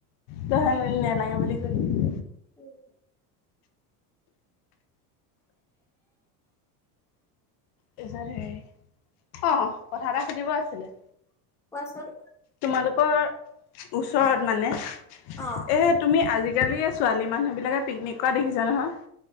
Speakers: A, on the left; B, in the centre.
A: তইহে নহলি নালাগে বুলি কৈছিলি।
B: উম',
A: তাৰপিছত হেৰি অ', কথা এটা সুধিব আছিলে?
B: কোৱাচোন।
A: তোমালোকৰ ওচৰত মানে এ,
B: অ
A: তুমি আজিকালি ছোৱালী মানুহবিলাকে পিকনিক কৰা দেখিছা নহয়?